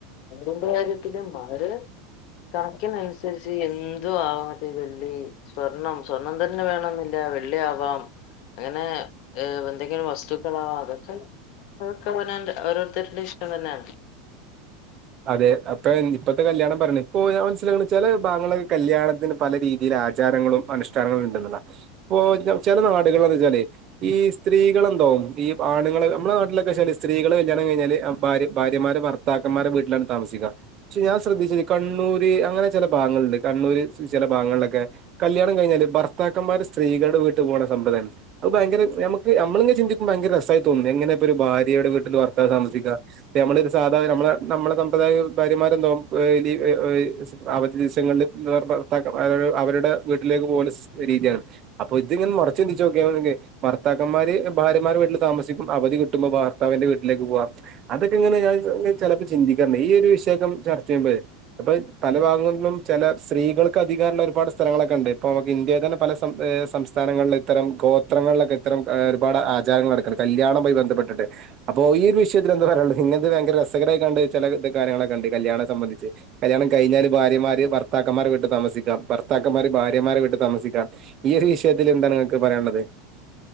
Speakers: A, on the left; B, on the right.
A: മഹറിൻ്റെ കാര്യത്തിലും അവര് കണക്കിനനുസരിച്ച് എന്തു ആവാ. അത് വെള്ളി സ്വർണം സ്വർണം തന്നെ വേണംന്നില്ല വെള്ളിയാവാം. അങ്ങനെ ഏഹ് എന്തെങ്കിലും വസ്തുക്കളാവാ. അതൊക്കെ അതൊക്കവനാൻ്റെ ഓരോരുത്തരുടെ ഇഷ്ടം തന്നാണ്.
B: അതെ. അപ്പ ഞാൻ ഇപ്പത്തെ കല്യാണം പറിണ്. ഇപ്പൊ ഞാൻ മൻസ്സിലായോ ഇങ്ങള് ചെല ഭാഗങ്ങളൊക്കെ കല്യാണത്തിന് പല രീതിയിൽ ആചാരങ്ങളും അനുഷ്ഠാനങ്ങൾ ഉണ്ട് ന്ന്ള്ളാ. ഇപ്പൊ ചില നാടുകൾ എന്താച്ചാലേ ഈ സ്ത്രീകളെന്താവും ഈ ആണുങ്ങൾ നമ്മുടെ നാട്ടിലൊക്കെ വെച്ചാല് സ്ത്രീകള് കല്യാണം കഴിഞ്ഞാല് ഭാര്യ ഭാര്യമാര് ഭർ ത്താക്കന്മാരെ വീട്ടിലാണ് താമസിക്കാ. പക്ഷെ ഞാൻ ശ്രദ്ധിച്ചത് കണ്ണൂര് അങ്ങനെ ചെല ഭാഗങ്ങള്ണ്ട്. കണ്ണൂര് ചെല ഭാഗങ്ങളിലൊക്കെ കല്യാണം കഴിഞ്ഞാല് ഭർത്താക്കന്മാര് സ്ത്രീകൾടെ വീട്ട് പോണ സമ്പ്രദായണ്ട്. അത് ഭയങ്കര നമുക്ക് നമ്മള്ങ്ങനെ ചിന്തിക്കുമ്പോ ഭയങ്കര രസായി തോന്നും. എങ്ങനെ ഇപ്പൊ ഒരു ഭാര്യയുടെ വീട്ടില് ഭർത്താവ് താസിക്കാ. ഇപ്പ നമ്മളൊരു സാധാ നമ്മളെ നമ്മളെ സമ്പ്രദായകം ഭാര്യമാരെന്താവും ഏഹ് ലി എഹ് എഹ് സ് അവധി ദിവസങ്ങൾല് ഭർ ഭർ ത്താക്കമാര് അവരുടെ വീട്ടിലേക്ക് പോവല് സിസ് രീതിയാണ് ക അപ്പൊ ഇതിങ്ങനെ മറിച്ച് ചിന്തിച്ചോക്ക്യാണെങ്കി ഭർത്താക്കന്മാര് ഭാര്യമാരെ വീട്ടിൽ താമസിക്കും. അവധി കിട്ടുമ്പം ഭാർത്താവിന്റെ വീട്ടിലേക്ക് പോവാം. അതൊക്കെ ങ്ങനെ ഞാ ചെലേപ്പ ചിന്തിക്കാർണ്ട് ഈ ഒരു വിഷയൊക്കം ചർച്ച ചെയ്യുമ്പേ അപ്പ യി പല ഭാഗങ്ങളിലും ചെല സ്ത്രീകൾക്ക് അധികാരള്ള ഒരുപാട് സ്ഥലങ്ങളൊക്കെണ്ട്. ഇപ്പൊ നമുക്ക് ഇന്ത്യേതന്നെ പല സം സംസ്ഥാനങ്ങളിൽ ഇത്തരം ഗോത്രങ്ങളിലൊക്കെ ഇത്തരം ഒരുപാട് ആചാരങ്ങൾ നടക്ക്ണ്ട്. കല്യാണമായി ബന്ധപ്പെട്ടിട്ട്. അപ്പൊ ഈയൊരു വിഷയത്തിൽ എന്താ പറയാള്ളത്? ഇങ്ങൻത്തെ ഭയങ്കര രസകരായികാണ്ട് ചെല ത് കാര്യങ്ങളൊക്കെണ്ട് കല്യാണം സംബന്ധിച്ച്. കല്യാണം കഴിഞ്ഞാല് ഭാര്യമാര് ഭർത്താക്കന്മാരെ വീട്ട് താമസിക്കാ. ഭർത്താക്കന്മാര് ഭാര്യമാരെ വീട്ട് താമസിക്കാം. ഈ ഒരു വിഷയത്തിൽ എന്താണ് ഇങ്ങക്ക് പറയാൻള്ളത്?